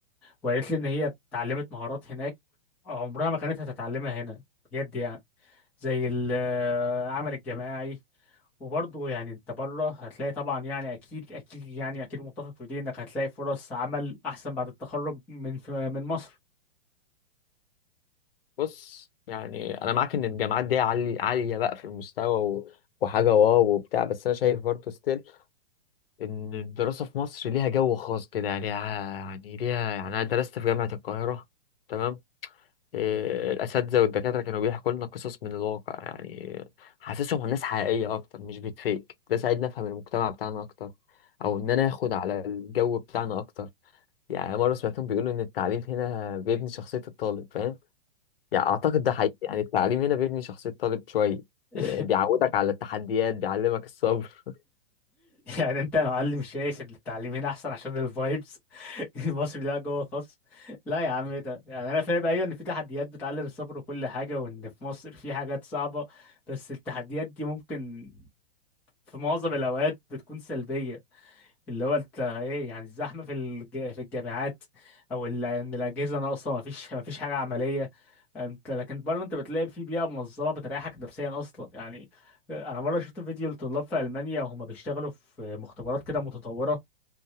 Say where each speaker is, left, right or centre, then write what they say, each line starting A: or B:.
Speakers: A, in the centre; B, on the left (about 65°).
A: وقالت لي ان هي اتعلمت مهارات هناك عمرها ما كانت هتتعلمها هنا بجد يعني زي العمل الجماعي وبرضه يعني انت بره هتلاقي طبعا يعني اكيد اكيد يعني اكيد متفق في دي انك هتلاقي فرص عمل احسن بعد التخرج من من مصر
B: بص يعني انا معاك ان الجامعات دي عالي عاليه بقى في المستوى و... وحاجه واو وبتاع بس انا شايف برضه ستيل ان الدراسه في مصر ليها جو خاص كده يعني يعني ليها يعني انا درست في جامعه القاهره تمام إيه، الاساتذه والدكاتره كانوا بيحكوا لنا قصص من الواقع يعني حاسسهم عن ناس حقيقيه اكتر مش بتفيك ده ساعدني افهم المجتمع بتاعنا اكتر او ان انا اخد على الجو بتاعنا اكتر يعني مره سمعتهم بيقولوا ان التعليم هنا بيبني شخصيه الطالب فاهم يعني اعتقد ده حقيقي يعني التعليم هنا بيبني شخصيه الطالب شويه
A: <laughs>
B: إيه، بيعودك على التحديات بيعلمك الصبر
A: يعني انت يا معلم شايف ان التعليم هنا احسن عشان الفايبس <laughs> المصري ده جوه <laughs> خاص لا يا عم ايه ده يعني انا فاهم ايوه ان في تحديات بتعلم الصبر وكل حاجه وان في مصر في حاجات صعبه بس التحديات دي ممكن في معظم الاوقات بتكون سلبيه اللي هو انت ايه يعني الزحمه في الج... في الجامعات او ال... ان الاجهزه ناقصه ما فيش ما فيش حاجه عمليه انت لكن بره انت بتلاقي في بيئه منظمه بتريحك نفسيا اصلا يعني انا مره شفت فيديو لطلاب في المانيا وهم بيشتغلوا في مختبرات كده متطوره